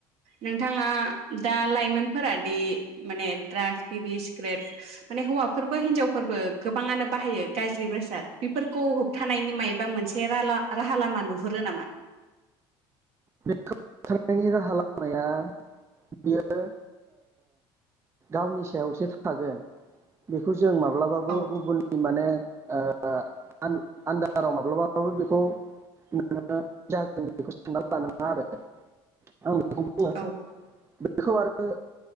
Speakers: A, on the right; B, on the right.
A: नोंथाङा दा लाइमोनफोरादि माने द्राग्स बिरि सिग्रेट माने हौवाफोरबो हिनजावफोरबो गोबाङानो बाहायो गाज्रि बेसाद बेफोरखौ होबथानायनि मायबा मोनसे राला राहा लामा नुहरो नामा।
B: बेखौ होबथानायनि राहा लामाया बियो। गावनि सायावसो थागोन बेखौ जों माब्लाबाबो
A: औ
B: गुबुननि माने <unintelligible> आन आन्दाराव माब्लाबाबो बेखौ मानोना जागोन बेखौ साननानै लानाङा आरो
A: औ
B: <unintelligible> बेखौ आरो